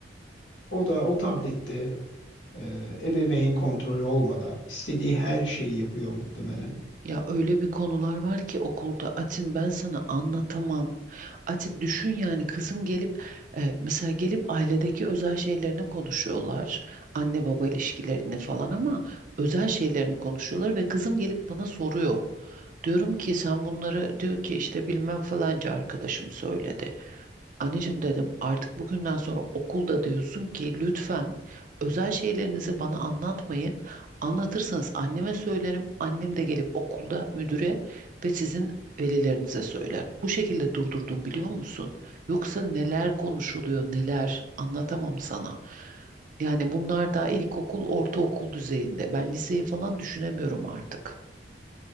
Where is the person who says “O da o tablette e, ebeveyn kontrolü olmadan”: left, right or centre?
Left